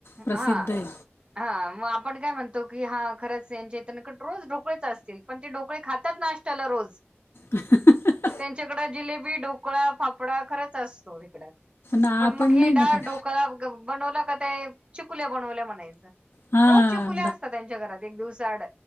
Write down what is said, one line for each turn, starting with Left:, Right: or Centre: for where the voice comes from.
Left: प्रसिद्ध
Right: हा.
Left: आहे
Right: हा मग आपण काय म्हणतो की हा खरंच यांचे इथ का नी रोज ढोकळे च असतील पण ते ढोकळे खातात नाशट्याला रोज.
Left: ह हं हं..
Right: त्यांच्याकडे जिलेबी, ढोकळा, फाफडा खरंच असतो, इकडं कड
Left: आपण
Right: पण मग हे
Left: नाही ना
Right: डाळ
Left: खात.
Right: ढो बनवलं का ते चिकुल्या बनवल्या म्हणायचं
Left: हा
Right: रोज चिकुल्या असतात त्यांच्या घरात एक दिवसा आड